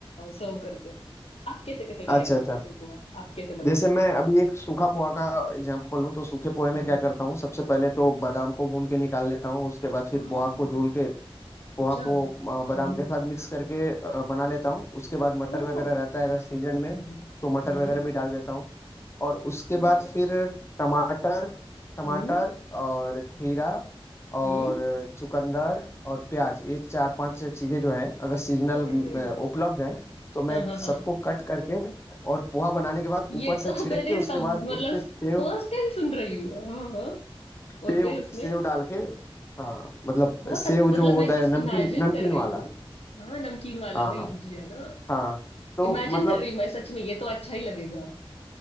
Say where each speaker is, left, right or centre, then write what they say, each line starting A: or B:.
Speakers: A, on the left; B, on the left.
A: सर्व करते हैं आप कैसे कैसे ट्राई
B: अच्छा
A: कर
B: अच्छा
A: सकते हैं पोहा आप कैसे बनाते
B: जैसे
A: हैं
B: मैं
A: मतलब
B: अभी एक सूखा पोहा का एग्जांपल लूँ तो सूखे पोहे में
A: हाँ
B: क्या करता हूँ सबसे पहले तो बादाम को भून के निकाल लेता हूँ उसके बाद फिर
A: हाँ
B: पोहा को धुल के पोहा
A: अच्छा
B: को
A: हम्म
B: अ, बादाम के साथ मिक्स करके अ, बना लेता हूँ उसके बाद मटर
A: अरे
B: वगैरह
A: वाह
B: रहता है अगर सीजन में
A: हम्म
B: तो मटर
A: हम्म
B: वगैरह
A: हम्म,
B: भी डाल देता हूँ और उसके
A: ये
B: बाद फिर टमाटर टमाटर
A: हम्म
B: और खीरा और
A: हम्म
B: चुकंदर और प्याज ये चार पांच चीजें जो हैं अगर सीजनल
A: अरे
B: उपलब्ध हैं तो मैं
A: हाँ हाँ हाँ
B: सबको कट करके और पोहा बनाने के बाद
A: ये
B: ऊपर
A: तो
B: से छिड़क
A: मैंने
B: के उसके
A: सब
B: बाद
A: मतलब
B: उस पे सेव
A: फर्स्ट टाइम सुन रही हूँ हाँ हाँ हाँ। और
B: सेव
A: फिर उसमें
B: सेव डाल के हाँ मतलब
A: बहुत
B: सेव
A: अच्छ- मतलब
B: जो होता
A: मैं बस
B: है नमकीन
A: इमेजिन
B: नमकीन
A: कर रही
B: वाला
A: हूँ हाँ नमकीन वाला
B: हाँ
A: वही
B: हाँ
A: भुजिया ना
B: हाँ तो
A: इमेजिन
B: मतलब
A: कर रही हूँ मैं सच में ये तो अच्छा ही लगेगा